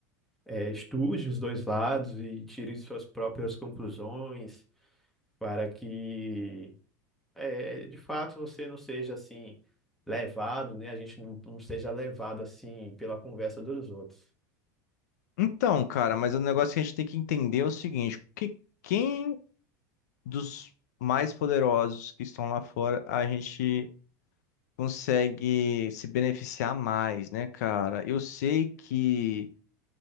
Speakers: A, in the centre; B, on the left (about 70°).
A: é, estude os dois lados e tire suas próprias conclusões para que, é, de fato, você não seja assim levado, né? A gente não, não seja levado assim pela conversa dos outros.
B: Então, cara, mas o negócio que a gente tem que entender é o seguinte, que quem dos mais poderosos que estão lá fora a gente consegue se beneficiar mais, né, cara? Eu sei que